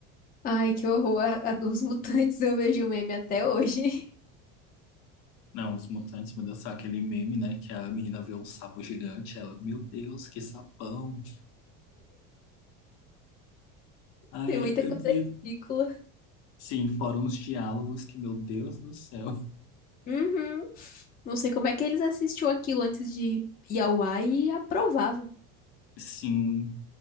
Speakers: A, on the left; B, on the left.
A: Ai, que horror. A, a dos <laughs> mutantes eu vejo meme até hoje. <laughs>
B: Não, os mutantes, meu Deus, sabe aquele meme, né? Que a menina vê um sapo gigante, ela, meu Deus, que sapão. Ai,
A: Tem muita
B: eu-
A: coisa
B: e
A: ridícula.
B: sim, foram uns diálogos que, meu Deus do céu, <laughs>
A: Uhum. Não sei como é que eles assistiam aquilo antes de ir ao ar e aprovavam.
B: sim.